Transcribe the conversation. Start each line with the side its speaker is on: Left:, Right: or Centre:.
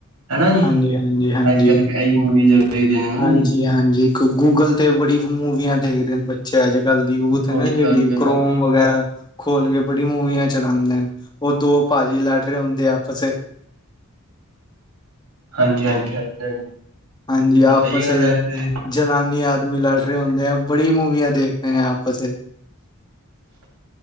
Right: ਹਨਾ ਜੀ
Left: ਹਾਂਜੀ ਹਾਂਜੀ ਹਾਂਜੀ
Right: ਅੱਜ- ਕੱਲ੍ਹ ਇਹੀ ਮੂਵੀਜ਼ ਵੇਖਦੇ ਨੇ ਹਨਾ
Left: ਹਾਂਜੀ
Right: ਜੀ
Left: -ਹਾਂਜੀ ਗੁ-ਗੂਗਲ ਤੇ ਬੜੀ ਮੂਵੀਆਂ ਦੇਖਦੇ ਨ ਬੱ ਬੱਚੇ ਅੱਜ -ਕੱਲ ਦੀ ਯੂਥ
Right: ਹੌਟਸਟਾਰ
Left: ਹੈ ਨਾ ਜਿਹੜੀ
Right: ਵਗੈਰਾ
Left: ਕ੍ਰੋਮ ਵਗੈਰਾ ਖੋਲਕੇ ਬੜੀ ਮੂਵੀਆਂ ਚਲਾਂਦੇਨ ਉਹ ਦੋ ਭਾਜੀ ਲੜ ਰਹੇ ਹੁੰਦੇ ਆ, ਆਪਸ'ਚ
Right: ਹਾਂਜੀ- ਹਾਂਜੀ, ਹਾਂਜੀ।
Left: ਹਾਂਜੀ ਆਪਸ
Right: ਸਹੀ ਗੱਲ ਹੈ ਤੁਸੀਂ
Left: ਜਨਾਨੀ ਆਦ ਤੇ ਵੀ ਲੜ ਰਹੇ ਹੁੰਦੇ ਆ ਬੜੀ ਮੂਵੀਆਂ ਦੇਖ ਰਹੇ ਹਾ ਆਪਸ ਵਿਚ।